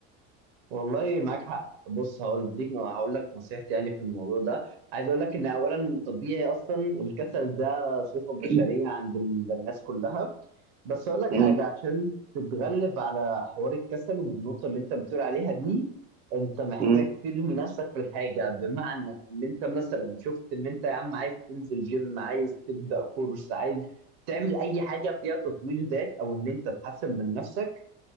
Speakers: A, on the right (about 80°); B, on the right (about 25°).
A: والله معاك حق بص هقول اديك هقول لك نصيحتي يعني في الموضوع ده عايز اقول لك ان اولا طبيعي اصلا الكسل ده صفة بشرية
B: <clears throat>
A: عند ال- الناس كلها بس اقول لك
B: مم،
A: حاجة عشان تتغلب على حوار الكسل والنقطة اللي انت بتقول عليها دي انت محتاج
B: مم،
A: ترمي نفسك في الحاجة بمعنى ان انت مثلا شفت ان انت يا عم عايز تنزل جيم عايز تبدأ كورس عايز تعمل اي حاجة فيها تطوير ذات او ان انت تحسن من نفسك